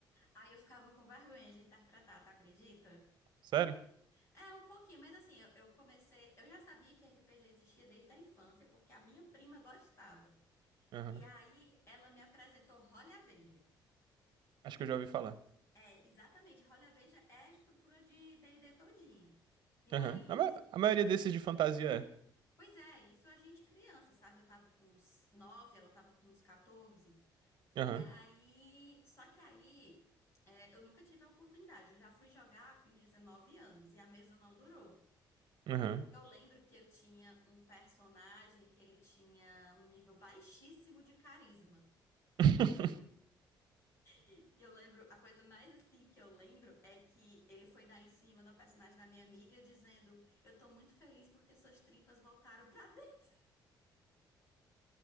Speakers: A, on the left; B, on the right.
A: Aí eu ficava com vergonha de interpretar, tu acredita?
B: Sério?
A: É, um pouquinho, mas assim, eu, eu comecei. Eu já sabia que RPG existia desde a infância, porque a minha prima gostava.
B: Aham.
A: E aí ela me apresentou Holly Avenger.
B: Acho que eu já ouvi falar.
A: É, exatamente, Holly Avenger é a estrutura de D&D todinha. E aí
B: Aham. A, ma-
A: isso.
B: a maioria
A: a-
B: desses de fantasia
A: pois é, isso a gente criança, sabe? Eu tava com uns 9, ela tava com uns 14.
B: é.
A: E
B: Aham.
A: aí. Só que aí. é, eu nunca tive a oportunidade, eu já fui jogar com 19 anos e a mesa não durou.
B: Aham.
A: E Eu lembro que eu tinha um personagem que ele tinha um nível baixíssimo de carisma.
B: <laughs>
A: E eu lembro, a coisa mais assim que eu lembro é que ele foi dar em cima da personagem da minha amiga dizendo: Eu tô muito feliz porque suas tripas voltaram pra dentro.